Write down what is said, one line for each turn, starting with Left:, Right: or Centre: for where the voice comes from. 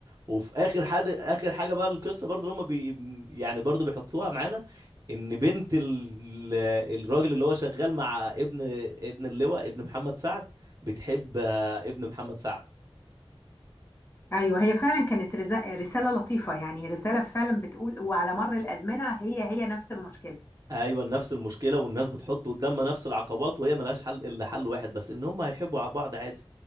Right: وفي اخر حد اخر حاجه بقى القصه برضو اللي هم بي يعني برضو بيحطوها معانا ان بنت ال... الراجل اللي هو شغال مع ابن ابن اللواء ابن محمد سعد بتحب آه، ابن محمد سعد
Left: ايوه هي فعلا كانت رز- رسالة لطيفة يعني رسالة فعلا بتقول وعلى مر الازمنة هي هي نفس المشكلة
Right: ايوه نفس المشكله والناس بتحط قدامها نفس العقبات وهي ملهاش حل الا حل واحد بس ان هم هيحبوا بعض عادي